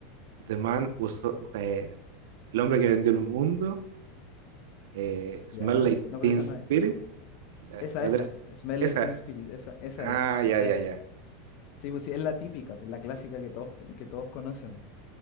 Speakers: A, on the right; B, on the left.
A: The Man Who So- eh, El hombre que vendió el mundo, eh, Smell
B: Ya,
A: Like
B: no,
A: Teen
B: pero esa
A: Spirit,
B: no es.
A: la,
B: Esa,
A: la
B: esa,
A: otra es-
B: Smell
A: esa.
B: Like Teen Spirit, esa, esa
A: Ah,
B: es,
A: ya,
B: esa
A: ya,
B: era.
A: ya.
B: Sí, pues sí, es la típica, pues, la clásica que todos, que todos conocen.